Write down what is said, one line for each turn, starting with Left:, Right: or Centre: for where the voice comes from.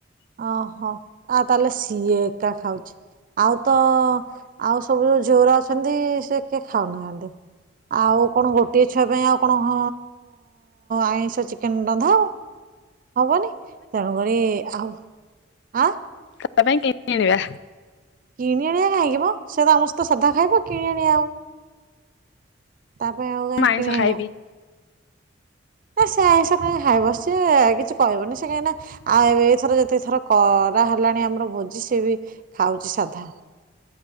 Right: ଓହୋ ଆଉ ତାହେଲେ ସିଏ ଏକା ଖାଉଛି। ଆଉ ତ ଆଉ ସବୁ ଯୋଉ ଝିଅଉରା ଅଛନ୍ତି ସେ କିଏ ଖାଉନାହାନ୍ତି ଆଉ କଣ ଗୋଟିଏ ଛୁଆ ପାଇଁ ଆଉ କଣ ହ ଆଇଁଷ ଚିକେନ ରନ୍ଧା ହବ ହବନି ତେଣୁକରି ଆଉ ଆଁ
Left: ତା ପାଇଁ କିଣି ଆଣିବା
Right: କିଣି ଆଣିବା କାହିଁକି ମ ସେ ତ ସମସ୍ତେ ସାଧା ଖାଇବ କିଣି ଆଣିବା ଆଉ ତା ପାଇଁ ଆଉ କାହିଁ
Left: ମୁଁ ଆଇଁଷ
Right: କିଣି
Left: ଖାଇବି।
Right: ଆଣିବା ନା ସେ ଆଇଶ କାଇ ଖାଇବ ସିଏ କିଛି କହିବନି ସେ କାଇଁ ଆଉ ଏବେ ଏଇଥର ଯେତେ ଥର କରା ହେଲାଣି ଆମର ଭୋଜି ସେ ବି ଖାଉଛି ସାଧା